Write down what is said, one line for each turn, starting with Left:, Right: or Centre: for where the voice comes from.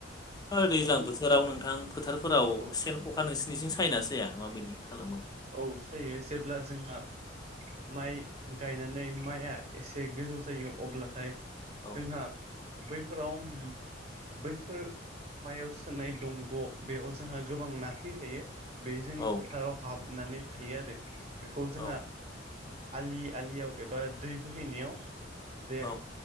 Left: ओ दैज्लां बोथोराव नोंथां फोथारफोराव
Right: औ
Left: सेन खखा नोंसिोरनिथिं सायै ना साया माबायदि खालामो
Right: औ सायो जेब्ला जोंहा माइ गायनानै माइआ एसे गोजौ जायो अब्लाथाय
Left: औ
Right: जोंहा बैफोराव बैफोर मायाव सोनाय दंग' बेयाव जोंहा गोबां ना फैखायो बे जोंनि
Left: औ
Right: फोथाराव हाबनानै थायो आरो बेखौ जोंहा
Left: औ
Right: आलि आलियाव एबा दै बोहैनायाव जे
Left: औ